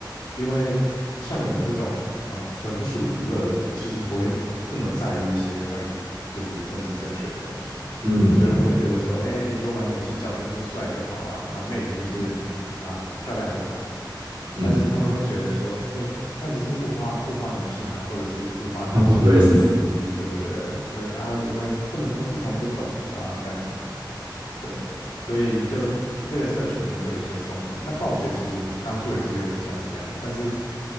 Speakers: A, on the left (about 85°); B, on the right (about 80°).
A: 因为像我们这种呃纯属娱乐的人，其实不会这么在意一些关于就是政治正确的东西，
B: 嗯
A: 所以我们会觉得说，哎、比如说玩游戏角色就是帅就好啊，那妹子就是啊、
B: 嗯
A: 漂亮就好，
B: 嗯
A: 但是他们会觉得说，哎，这样子是物化物化女性啊，或者是物化男性啊，
B: ，racist 嗯 <laughs> racist，
A: 对对对，所以啊，我们不能都是同一个种族啊，这样子，对，所以就一这个社群里面就有一些冲突。那暴雪其实当初也是有点像是这样，但是